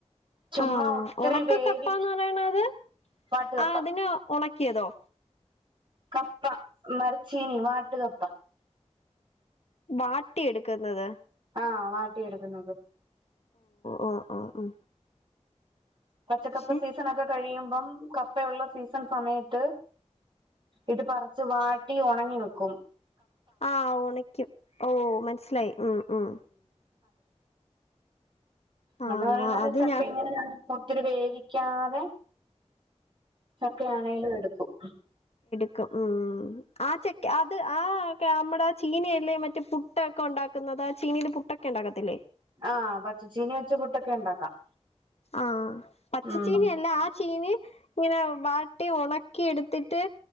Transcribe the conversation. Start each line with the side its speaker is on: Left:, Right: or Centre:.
Right: ചുമ്മാ
Left: ആ
Right: ഒത്തിരി
Left: ഒണക്ക
Right: വേവി
Left: കപ്പാന്ന് പറയണത്
Right: വാട്ടുകപ്പ
Left: ആ അതിനെ ഒണക്കിയതോ
Right: കപ്പ മരച്ചീനി വാട്ട് കപ്പ
Left: വാട്ടി എടുക്കുന്നത്
Right: ആ വാട്ടിയെടുക്കുന്നത്
Left: ഉം ഉം ഉം
Right: പച്ചക്കപ്പ
Left: പക്ഷെ
Right: സീസണൊക്കെ കഴിയു മ്പം കപ്പയുള്ള സീസൺ സമയത്ത് ഇത് പറിച്ച് വാട്ടി ഒണ ങ്ങി വക്കും
Left: ആ ഒണക്കും ഓ മനസ്സിലായി ഉം ഉം ആഹ്
Right: ഞങ്ങള് പറയുന്ന പോലെ
Left: അത്
Right: ചക്കയും
Left: ഞാ
Right: ഇങ്ങനെയാണ് ഒത്തിരി വേവിക്കാതെ ചക്ക ആണേലും എടുക്കും
Left: ത്തു ഉം ആ ചെക്ക് അത് ആ ക നമ്മടെ ചീനിയില്ലേ മറ്റേ പുട്ട് ഒക്കെ ഒണ്ടാക്കുന്നത് ആ ചീനീല് പുട്ടൊക്കെ ഒണ്ടാക്കത്തില്ലേ?
Right: ആഹ് പച്ചച്ചീനി വച്ച് പുട്ടൊക്കെ ഒണ്ടാക്കാം
Left: ആഹ് പച്ചച്ചീനിയല്ല
Right: ഉം
Left: ആ ചീനി ഇങ്ങനെ വാട്ടി ഒണ ക്കി എടുത്തിട്ട്